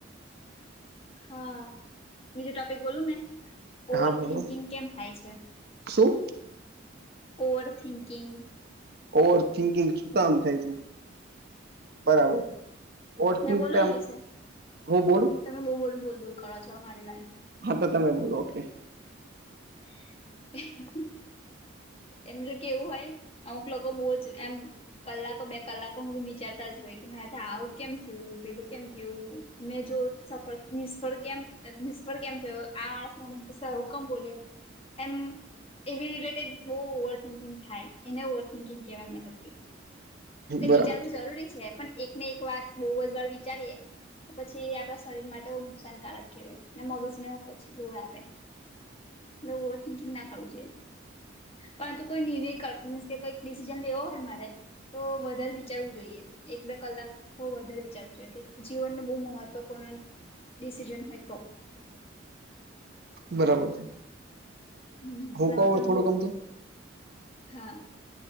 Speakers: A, on the left (about 30°); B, on the right (about 50°).
A: હા બીજું ટોપિક બોલું મે ઓવર
B: હા બોલો
A: થિંકિંગ કેમ થાય છે?
B: શું?
A: ઓવર થિંકિંગ
B: ઓવર થિંકિંગ શું કામ થાય છે બરાબર ઓર્થિંગ
A: મે બોલો
B: પે આમ
A: એ વિશે
B: હું બોલું
A: તમે બહુ બઉ બોલ બોલ કરો છો મારી વારી
B: હા તો તમે બોલો ઓકે
A: <unintelligible> એમ લે કે એવું હોય અમુક લોકો બહુ જ એમ કલાકો બે કલાકો હું વિચારતા જ હોય કે મેં આવું કેમ થયું પેલું કેમ થયું? મેં જો સફળ નિષ્ફળ કેમ નિષ્ફળ કેમ થયો આસ <inaudible> હુકમ બોલ્યો એમ એવી રિલેટેડ બહુ ઓવર થિંકિંગ થાય એને ઓવર થિન્કિંગ કેવાય મેં એટલે
B: બરાબર
A: વિચારવું જરૂરી છે પણ એકને એક વાત બહુ જ વાર વિચારીએ પછી આપણા શરીર માટે બઉ નુકસાનકારક કહેવાય મગજ ને પછી ગોળ આપે એટલે ઓવર થિંકિંગ ના કરું જોઈએ. પરંતુ કોઈ નિર્ક કામ કોઈક ડિસિઝન લેવો હોય મારે તો વધારે વિચારવું જોઈએ. એક બે કલાક હું વધારે વિચારું છું કે જીવનનું બહુ મહત્વપૂર્ણ ડીસીઝન હોય તો.
B: બરાબર છે.
A: હમ્મ બરાર
B: હું કઉ
A: તમે
B: થોડુંક
A: બોલો
B: આમ તો
A: હા.